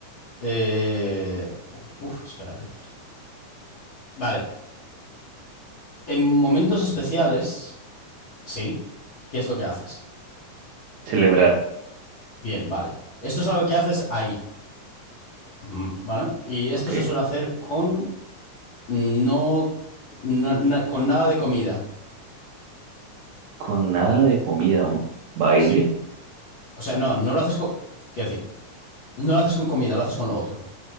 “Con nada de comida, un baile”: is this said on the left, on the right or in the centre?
Right